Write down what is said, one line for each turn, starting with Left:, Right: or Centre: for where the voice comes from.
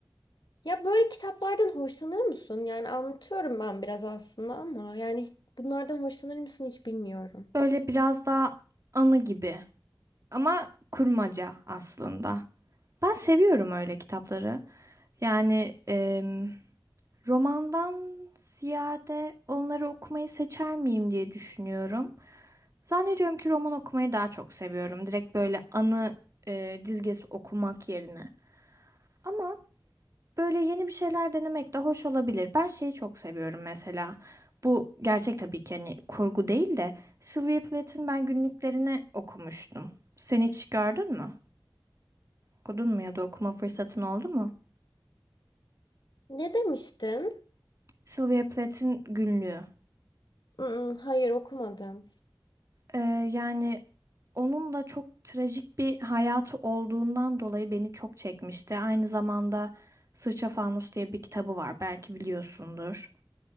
Left: Ya böyle kitaplardan hoşlanıyor musun? Yani anlatıyorum ben biraz aslında ama yani bunlardan hoşlanır mısın hiç bilmiyorum.
Right: Böyle biraz daha anı gibi ama kurmaca aslında. Ben seviyorum öyle kitapları. Yani em, romandan ziyade onları okumayı seçer miyim diye düşünüyorum. Zannediyorum ki roman okumayı daha çok seviyorum. Direkt böyle anı e, dizgesi okumak yerine. Ama böyle yeni bir şeyler denemek de hoş olabilir. Ben şeyi çok seviyorum mesela. Bu gerçek tabii ki hani kurgu değil de Sylvia Plath'ın ben günlüklerini okumuştum. Sen hiç gördün mü? Okudun mu ya da okuma fırsatın oldu mu?
Left: Ne demiştin?
Right: Sylvia Plath'ın günlüğü.
Left: Mm, hayır okumadım.
Right: Ee, yani onun da çok trajik bir hayatı olduğundan dolayı beni çok çekmişti. Aynı zamanda Sırça Fanus diye bir kitabı var, belki biliyorsundur.